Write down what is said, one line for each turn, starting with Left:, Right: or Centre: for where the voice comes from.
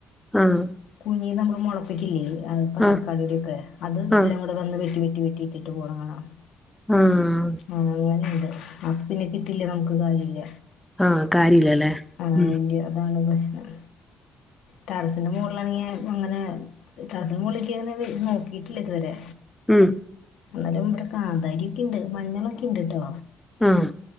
Centre: ആഹ്
Left: കുഞ്ഞിയത് നമ്മള്മൊളപ്പിക്കില്ലേ അപ്പ തക്കാളി
Centre: ആഹ്
Left: ഒക്കെ അത്
Centre: ആഹ്
Left: എല്ലാം കൂടെ വന്ന് വെട്ടി വെട്ടി വെ ട്ടിട്ട് പോണ കാണാമം
Centre: ആഹ്
Left: ആഹ് അങ്ങനെ എണ്ട് അപ്പ പിന്നെ കിട്ടിട്ട് നമുക്ക് കാര്യ ഇല്ല
Centre: ആഹ് കാര്യല്ലല്ലേ
Left: ആഹ്
Centre: ഉം
Left: ഇന്റെ അതാണ് പ്രശ്നം
Centre: <inaudible>
Left: ടറസിന്റെ മുകളില് ആണെങ്കില് അങ്ങനെ ടറസിന്റെ മുകളിലേക്ക് കേറി നോക്കിയിട്ട് ഇല്ല ഇതുവരെ
Centre: ഉം
Left: എന്നാലും ഇവിടെ കാന്താരി ഒക്കെ ഇണ്ട് മഞ്ഞളൊക്കെ ഇണ്ട് ട്ടോ
Centre: ആഹ്